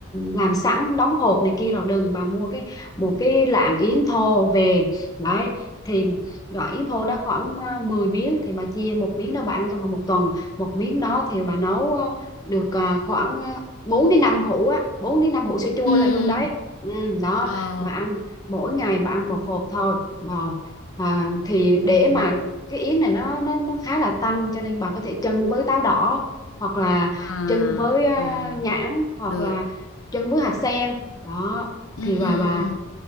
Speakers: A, on the left; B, on the left.
A: làm sẵn đóng hộp này kia rồi đừng bà mua cái một cái lạng yến thô về đấy thì loại yến thô nó khoảng ờ, 10 miếng thì bà chia một miếng đó bà ăn trong vòng một tuần một miếng đó thì bà nấu ờ, được ờ, khoảng ờ, 4 đến 5 hũ á 4 đến 5 hũ sữa chua
B: ừ
A: lại luôn đấy ừ, đó
B: ờ
A: bà ăn mỗi ngày bà ăn một hộp thôi rồi à, thì
B: ừ
A: để mà cái yến này nó nó nó khá là tanh cho nên bà có thể chưng với táo đỏ hoặc là
B: à
A: chưng với ờ,
B: à
A: nhãn hoặc
B: được
A: là chưng với hạt sen đó
B: Ừm,
A: thì bà bà